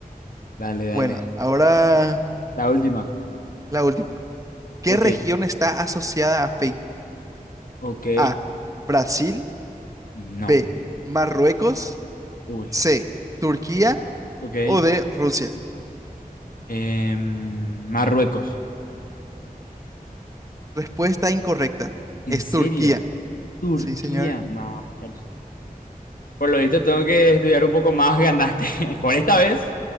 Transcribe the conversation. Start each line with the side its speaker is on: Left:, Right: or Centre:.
Left: Dale, dale.
Right: Bueno, ahora
Left: La última.
Right: la última. ¿Qué
Left: Ok,
Right: región está asociada a Fate?
Left: ok.
Right: A. Brasil.
Left: No.
Right: B. Marruecos.
Left: Uy,
Right: C. Turquía.
Left: ok.
Right: O D. Rusia.
Left: Em, Marruecos.
Right: Respuesta incorrecta.
Left: ¿En
Right: Es
Left: serio?
Right: Turquía.
Left: Turquía.
Right: Sí, señor.
Left: No, espera. Por lo visto tengo que estudiar un poco más, ganaste <laughs> por esta vez,